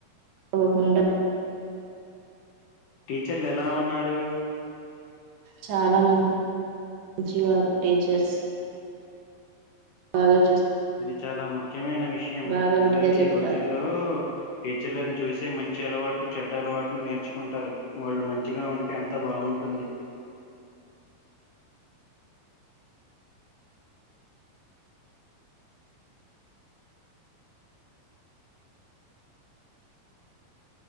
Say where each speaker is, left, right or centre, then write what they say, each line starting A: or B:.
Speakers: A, on the right (about 75°); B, on the left (about 70°).
A: అవకుండా
B: టీచర్లు ఎలా ఉన్నారు
A: చాలా మంచి వారు టీచర్స్ అగ
B: ఇది చాలా ముఖ్యమైన విషయం
A: బాగా
B: పిల్లలు
A: విద్య చెప్తారు
B: ఈ రోజుల్లో టీచర్లను చూసి మంచి అలవాట్లు చెడ్డ అలవాట్లు నేర్చుకుంటారు వాళ్ళు మంచిగా ఉంటే అంత బాగుంటుంది